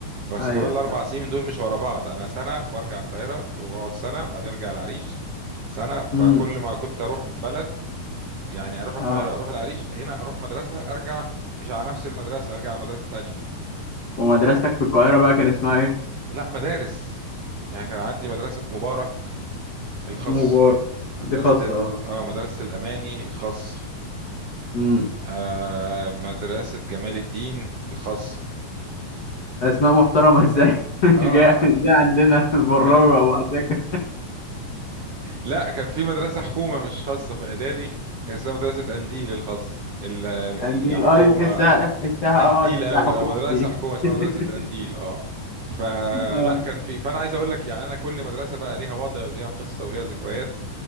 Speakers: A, on the right; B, on the left.
A: بس
B: ايوه
A: كمان الاربع سنين دول مش ورا بعض انا سنة وارجع القاهرة واقعد سنة وبعدين ارجع العريش سنة فكل
B: امم
A: ما كنت اروح بلد يعني اروح القاهرة
B: اه
A: اروح العريش هنا اروح مدرسة ارجع مش على نفس المدرسة ارجع على مدرسة تانية
B: ومدرستك في القاهرة بقى كان اسمها ايه؟
A: لا مدارس يعني كان عندي مدرسة مبارك الخاص
B: مبارك
A: مدرسة
B: دي خاصة
A: ال...
B: اه
A: اه مدرسة الأماني الخاصة
B: امم
A: آه مدرسة جمال الدين الخاصة
B: اسماء محترمة ازاي؟ <laughs> مش
A: اه
B: جاي مش جاي عندنا البراوي
A: <laughs>
B: وابو عساكر
A: لا كان في مدرسة حكومة مش خاصة في إعدادي كان اسمها مدرسة أنديل الخاصة ال... ال...
B: قنديل
A: يعني حكومة
B: اه دي تحسها
A: آه،
B: تحسها
A: أنديل
B: اه تحسها
A: قوي
B: حكومة
A: اه مدرسة
B: دي
A: حكومة اسمها
B: <laughs>
A: مدرسة أنديل اه فلا
B: اه
A: كان في فأنا عايز أقول لك يعني أنا كل مدرسة بقى ليها وضع وليها قصة وليها ذكريات